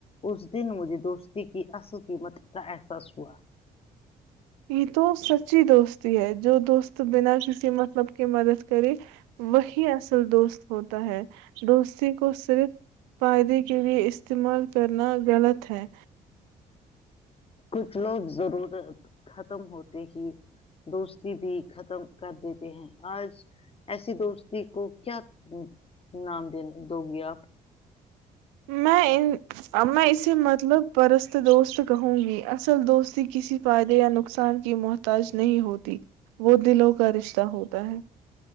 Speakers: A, on the left; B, on the right.
A: اس دن مجھے دوستی کی اصل قیمت کا احساس ہوا
B: یہ تو سچی دوستی ہے جو دوست <unintelligible> بنا کسی مطلب کی مدد کرے وہی اصل دوست ہوتا ہے دوستی کو صرف فائدے کے لیے استعمال کر تنا غلط ہے
A: کچھ لوگ ضرورت ختم ہوتے ہی دوستی بھی ختم کر دیتے ہیں آج ایسی دوستی کو کیا نام دنے دو گے آپ
B: میں ان ا اسے مطلب پرس دوست کہوں گی اصل دوستی کسی فائدے یا نقصان کی محتاج نہیں ہوتی وہ دلوں کا رشتہ ہوتا ہے